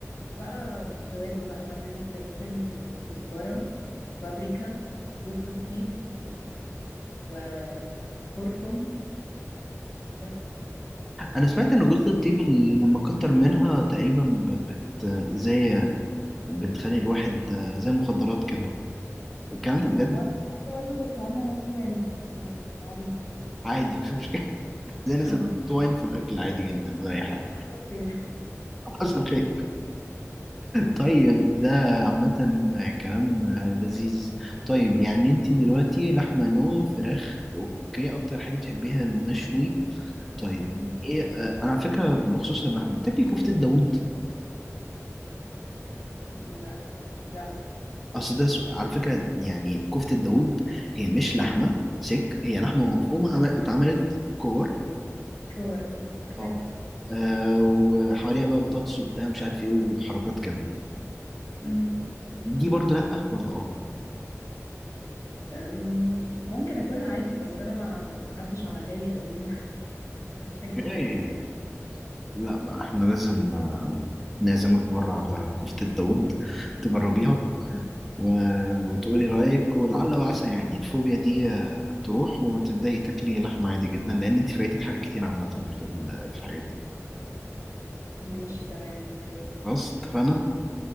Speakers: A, on the left (about 65°); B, in the centre.
A: وبقى توابل بقى ملح وفلفل وكزبرة وبابريكا جوز الطيب وكركم وبس
B: أنا سمعت إن جوز الطيب اللي لما كتر منها تقريبا ب- بت زي بتخلي الواحد آه، زي المخدرات كده الكلام ده بجد
A: وانا سمعت برضه بس عامله نفسي يعني م- عبيطه
B: عادي مش مشكلة <laughs> زي
A: <laughs>
B: الناس
A: اه
B: اللي بتحط واين في الأكل عادي جدا ولا أي حاجة
A: حصل خير
B: <laughs> حصل خير
A: بالظبط
B: طيب ده عامة كلام لذيذ طيب يعني انت دلوقتي لحمة نو فراخ اوكي اكتر حاجة بتحبيها المشوي طيب
A: مم.
B: ايه اه، انا على فكرة بخصوص اللحمة بتاكلي كفتة داوود
A: لا لا
B: اصل ده سو- على فكرة يعني كفتة داوود هي مش لحمة سك هي لحمة
A: مم.
B: مفرومة عم- اتعملت كور
A: كور اه عارفاه
B: اه اه، وحواليها بقى بطاطس وبتاع مش عارف ايه وحركات كده
A: أمم.
B: دي برضو لأ ولا اه
A: أم، ممكن اكلها عادي بس انا ما ما حدش عملها لي قبل كده يعني عشان كده
B: اوكي
A: ما اكلتهاش
B: لا بقى احنا لازم آه، نعزمك مرة على كفتة داوود تجربيها و... وتقولي رأيك ولعل وعسى يعني الفوبيا دي آه، تروح وتبدأي تاكلي لحمة عادي جدا لأن انت فايتك حاجات كتير عامة في ال- في الحاجات دي
A: ماشي تمام اوكي
B: خلاص اتفقنا؟